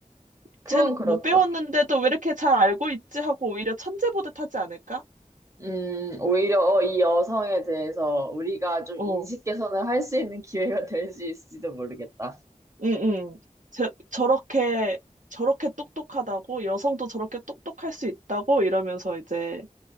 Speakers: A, on the right; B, on the right.
A: 그건
B: 쟨
A: 그렇다.
B: 못 배웠는데도 왜 이렇게 잘 알고 있지 하고 오히려 천재 보듯 하지 않을까?
A: 음, 오히려 어, 이 여성에 대해서 우리가 좀
B: 어,
A: 인식 개선을 할 수 있는 기회가 <laughs> 될 수 있을지도 모르겠다.
B: 응, 응. 저, 저렇게 저렇게 똑똑하다고 여성도 저렇게 똑똑할 수 있다고 이러면서 이제